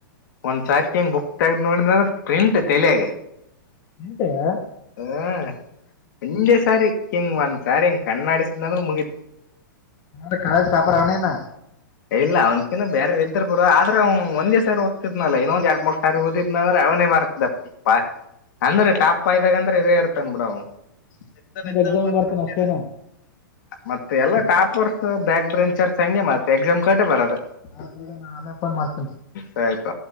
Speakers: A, on the left; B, on the left.
A: ಒಂದ್ಸಾರಿ ತಿಂಗ ಬುಕ್ ತಗ್ದ್ ನೋಡಿದ ಅಂದ್ರ ಪ್ರಿಂಟ್ ತೆಲಯಾಗ
B: ಎಂತವಾ
A: ಹ್ಮ ಮುಂಜೆ ಸಾರಿ ಹಿಂಗ್ ಒಂದ್ಸಾರಿ ಹಿಂಗ್ ಕಣ್ಣಾಡಿಸಿದಂದ್ರೆ ಮುಗತಿ
B: ನ ಕಳ ತಾಪರ ಅವನ
A: ಇಲ್ಲ ಅವ್ನಕಿನು ಬೇರೆ ಇದ್ರರು ಬರು ಆದ್ರೆ ಅವ್ನ್ ಒಂದೇ ಸಾರಿ ದ್ತಿದ್ನಲ್ಲ ಇನ್ನೊಂದ ಎರಡ್ ಮೂರ್ ಸಾವ ಓದಿದ್ನಂದ್ರೆ ಅವನೇ ಬರ್ತದಪ್ಪ ಪಾಸ್ ಅಂದ್ರೆ ಟಾಪ್ ಇದ್ದಾಗಂತ ಂದ್ರೆರೇ ಇರ್ತಾನನ್ ಬಿಡ ಅವವು ಎ್ ಎಸ
B: ಎಕ್ಸಾಮ್
A: ಬರ್ತ
B: ಬರ್ತಾನ ಅಷ್ಟೇನ
A: ಅೇ ಮತ್ತೆ ಎಲ್ಲ ಟಾಪರ್ಸ್ ಬ್ಯಾಕ್ ಬ್ರ ಚಾರ್್ ಸೆ ಮ ಎಕ್ಸಾಮ್ ಕಟ್ಟೇ ಬರಾರದ
B: ಅ ಕೂಡ ನಾ ಆಮೆ ಫನ್ ಮಾಡ್ತೇನ
A: ಸರಿ ತೊ